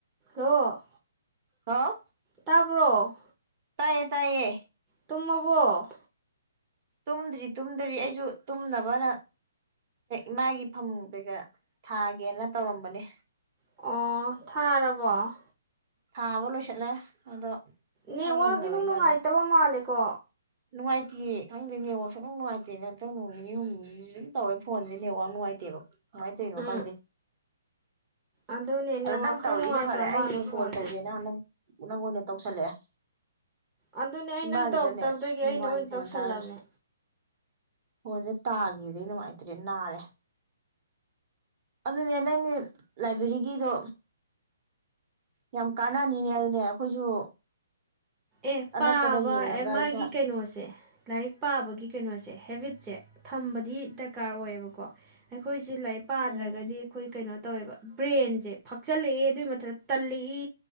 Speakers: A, on the right; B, on the right.
A: Hello
B: ꯍꯥꯎ
A: ꯇꯥꯕ꯭ꯔꯣ
B: ꯇꯥꯏꯌꯦ ꯇꯥꯏꯌꯦ
A: ꯇꯨꯝꯃꯕꯣ
B: ꯇꯨꯝꯗ꯭ꯔꯤ ꯇꯨꯝꯗ꯭ꯔꯤ ꯑꯩꯁꯨ ꯇꯨꯝꯅꯕꯅ ꯏꯃꯥꯒꯤ ꯐꯝ ꯀꯩꯀꯥ ꯊꯥꯒꯦꯅ ꯇꯧꯔꯝꯕꯅꯦ
A: ꯑꯣ ꯊꯥꯔꯕꯣ
B: ꯊꯥꯕꯂꯣꯁꯤꯜꯂꯦ ꯑꯗꯣ
A: ꯅꯦꯠꯋꯥꯛ
B: ꯁꯥ ꯉꯝꯗꯕ
A: ꯏꯅꯨꯡ
B: ꯏꯃꯥꯗꯣ
A: ꯅꯨꯡꯉꯥꯏꯇꯕ ꯃꯥꯜꯂꯦꯀꯣ
B: ꯅꯨꯡꯉꯥꯏꯇꯦꯌꯦ ꯈꯪꯗꯦ ꯅꯦꯠꯋꯥꯛꯁꯨ ꯅꯅꯨꯡ ꯅꯨꯡꯉꯥꯏꯇꯦ ꯅꯠꯇꯪ ꯅꯣꯡ ꯅꯤꯅꯤ ꯍꯨꯝꯅꯤ ꯑꯗꯨꯝ ꯇꯧꯋꯦ ꯐꯣꯟꯁꯦ ꯅꯦꯠꯋꯥꯛ ꯅꯨꯡꯉꯥꯏꯇꯦꯕ ꯀꯃꯥꯏꯅ ꯇꯧꯔꯤꯅꯣ
A: ꯎꯝ
B: ꯈꯪꯗꯦ
A: ꯑꯗꯨꯅꯦ
B: ꯑꯗ
A: ꯅꯦꯋꯥꯛ
B: ꯅꯪ
A: ꯈꯔ
B: ꯇꯧꯔꯛꯏꯁꯦ
A: ꯅꯨꯡꯉꯥꯏꯇꯕ
B: ꯐꯔꯦ
A: ꯃꯥꯜꯂꯦ
B: ꯑꯩꯅ
A: ꯐꯣꯟ
B: ꯀꯣꯜ ꯇꯧꯒꯦꯅ ꯅꯪꯪ ꯅꯉꯣꯟꯗ ꯇꯧꯁꯜꯂꯛꯑꯦ
A: ꯑꯗꯨꯅꯦ ꯑꯩ
B: ꯏꯕꯥꯅꯤꯗꯅꯦ
A: ꯅꯪ ꯇꯧꯔꯛꯇꯕꯗꯒꯤ ꯑꯩꯅ
B: ꯃꯃꯥꯏꯅ
A: ꯑꯣꯏꯅ
B: ꯐꯣꯟ
A: ꯇꯧꯁꯜꯂꯕꯅꯦ
B: ꯊꯥꯔꯦ ꯐꯣꯟꯁꯦ ꯇꯥꯈꯤꯕꯗꯩ ꯅꯨꯡꯉꯥꯏꯇ꯭ꯔꯦ ꯅꯥꯔꯦ ꯑꯗꯨꯅꯦ ꯅꯪꯒꯤ ꯂꯥꯏꯕ꯭ꯔꯦꯔꯤꯒꯤꯗꯣ ꯌꯥꯝ ꯀꯥꯟꯅꯅꯤꯅꯦ ꯑꯗꯨꯅꯦ ꯑꯩꯈꯣꯏꯁꯨ
A: ꯑꯦ
B: ꯑꯅꯛꯄꯗ
A: ꯄꯥꯕ
B: ꯌꯦꯡꯉꯒ
A: ꯑꯦ ꯃꯥꯒꯤ
B: ꯏꯁꯥ
A: ꯀꯩꯅꯣꯁꯦ ꯂꯥꯏꯔꯤꯛ ꯄꯥꯕꯒꯤ ꯀꯩꯅꯣꯁꯦ ꯍꯦꯕꯤꯠꯁꯦ ꯊꯝꯕꯗꯤ ꯗꯔꯀꯥꯔ ꯑꯣꯏꯌꯦꯕꯀꯣ ꯑꯩꯈꯣꯏꯁꯦ ꯂꯥꯏꯔꯤꯛ ꯄꯥꯗ꯭ꯔꯒꯗꯤ
B: ꯎꯝ
A: ꯑꯩꯈꯣꯏ ꯀꯩꯅꯣ ꯇꯧꯋꯦꯕ ꯕ꯭ꯔꯦꯟꯁꯦ ꯐꯛꯆꯜꯂꯛꯑꯦ ꯑꯗꯨꯏ ꯃꯊꯛꯇ ꯇꯜꯂꯛꯏ